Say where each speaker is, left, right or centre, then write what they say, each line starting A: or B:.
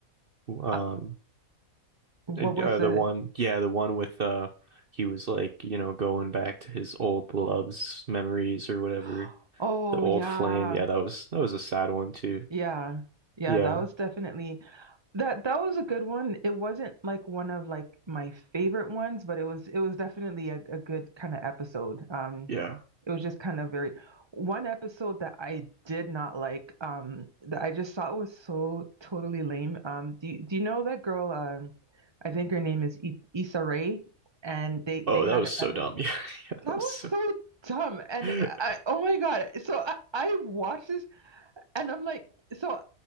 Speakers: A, on the right; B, on the right.
A: Um
B: Uh, what
A: uh,
B: was the
A: the one yeah, the one with uh he was like, you know, going back to his old loves, memories or whatever.
B: <gasps> Oh
A: The old
B: yeah.
A: flame. Yeah, that was that was a sad one too.
B: Yeah. Yeah,
A: Yeah.
B: that was definitely that that was a good one. It wasn't like one of like my favorite ones, but it was it was definitely a, a good kind of episode. Um
A: Yeah.
B: it was just kind of very one episode that I did not like um that I just thought was so totally lame. Um do you, do you know that girl um I think her name is I Issa Rae and they they
A: Oh,
B: had
A: that was
B: an
A: so
B: episode
A: dumb. <laughs> Yeah.
B: that
A: That was
B: was
A: so...
B: so dumb and
A: <laughs>
B: I oh my God. So I, I watched this and I'm like, so